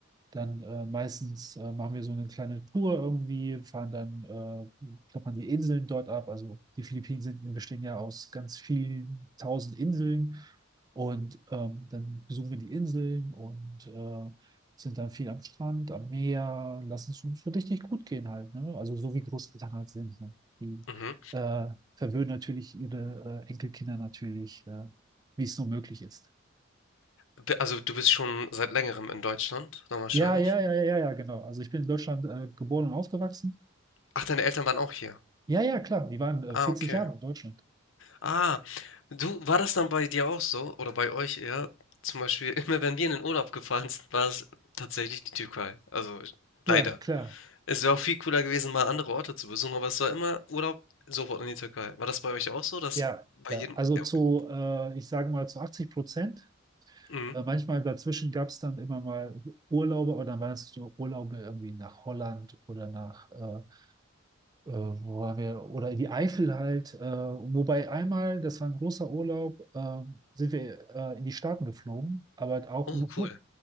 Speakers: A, on the right (about 20°); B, on the left (about 70°).
A: dann äh, meistens äh, machen wir so eine kleine Tour irgendwie, fahren dann, äh, klappern die Inseln dort ab. Also die Philippinen sind, bestehen ja aus ganz vielen tausend Inseln. Und ähm, dann besuchen wir die Inseln und äh, sind dann viel am Strand, am Meer, lassen es uns so richtig gut gehen halt. Ne? Also so wie Großeltern halt sind. Ne? Die
B: Mhm.
A: äh, verwöhnen natürlich ihre äh, Enkelkinder natürlich, äh, wie es nur möglich ist.
B: Bi- Also du bist schon seit längerem in Deutschland, dann wahrscheinlich.
A: Ja, ja, ja, ja, ja, genau. Also ich bin in Deutschland äh, geboren und aufgewachsen.
B: Ach, deine Eltern waren auch hier.
A: Ja, ja, klar. Die waren äh,
B: Ah,
A: 40
B: okay.
A: Jahre in Deutschland.
B: Ah, du, war das dann bei dir auch so? Oder bei euch eher? Zum Beispiel, <laughs> immer wenn wir in den Urlaub gefahren sind, war es tatsächlich die Türkei. Also
A: Ja,
B: leider.
A: klar.
B: Es wäre auch viel cooler gewesen, mal andere Orte zu besuchen, aber es war immer Urlaub sofort in die Türkei. War das bei euch auch so, dass
A: Ja,
B: bei
A: ja.
B: jedem...
A: Also
B: Ja,
A: zu,
B: okay.
A: äh, ich sage mal, zu 80 Prozent.
B: mhm.
A: Äh, manchmal dazwischen gab es dann immer mal Urlaube, aber dann waren es so Urlaube irgendwie nach Holland oder nach äh, äh, wo waren wir, oder in die Eifel halt. Äh, wobei einmal, das war ein großer Urlaub, äh, sind wir äh, in die Staaten geflogen, aber auch
B: Oh,
A: nur,
B: cool.
A: <laughs>